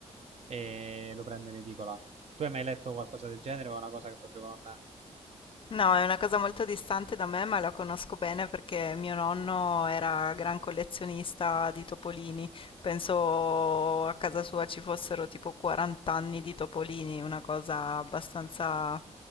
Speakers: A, on the right; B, on the left.
A: e lo prendo in edicola. Tu hai mai letto qualcosa del genere o è una cosa che proprio non...
B: No, è una cosa molto distante da me, ma la conosco bene perché mio nonno era gran collezionista di topolini. Penso a casa sua ci fossero tipo 40 anni di topolini, una cosa abbastanza